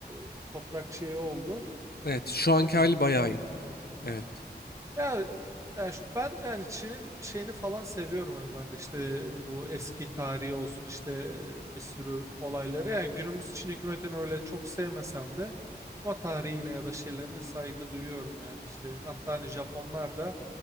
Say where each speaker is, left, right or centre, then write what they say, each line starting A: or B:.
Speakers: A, on the right; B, on the left.
A: e, toprak şeyi oldu.
B: Evet şu anki
A: Evet.
B: hali bayağı iyi. Evet.
A: Ya, ya şu- ben yani Çin'in şeyini falan seviyorum hani ben de işte bu eski tarihi olsun işte bir sürü olayları. Yani günümüz Çin hükümetini öyle çok sevmesem de o tarihine ya da şeylerine saygı duyuyorum yani işte. Hatta hani Japonlar da